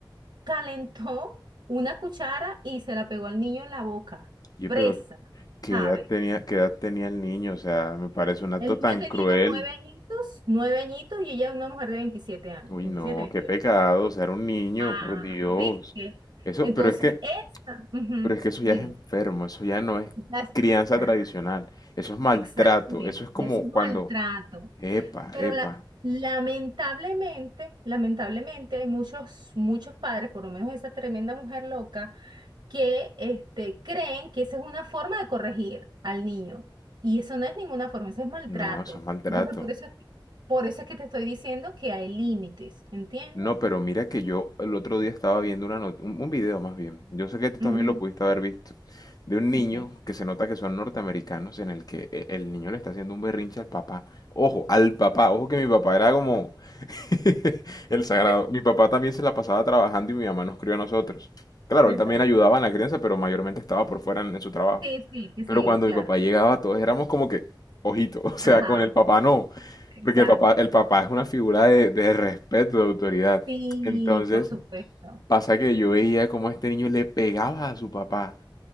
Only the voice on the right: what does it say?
calentó una cuchara y se la pegó al niño en la boca,
presa,
¿sabes?
El niño
tenía
nueve añitos, nueve añitos y ella es una mujer de 27 años,
27
veintiocho
Ah,
¿viste?
Entonces,
esta, ujú,
dime,
ya es-
claro,
exactamente,
ya es un
maltrato.
Pero
la, lamentablemente, lamentablemente hay muchos, muchos padres, por lo menos esa tremenda mujer loca, que este, creen que esa es una forma de corregir al niño. Y eso no es ninguna forma, eso es maltrato.
Entonces, por eso, por eso es que te estoy diciendo que hay límites, ¿entiendes?
Ujú,
ok,
<laughs>
Exacto.
Sí, sí, que
sí,
claro.
Ajá,
exacto.
Sí,
por supuesto.